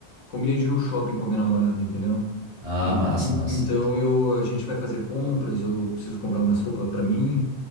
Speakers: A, on the left; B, on the right.
A: Combinei de ir no shopping com a minha namorada, entendeu?
B: Ah,
A: En-
B: massa,
A: en-
B: massa.
A: Então eu, a gente vai fazer compras, eu preciso comprar umas roupas pra mim,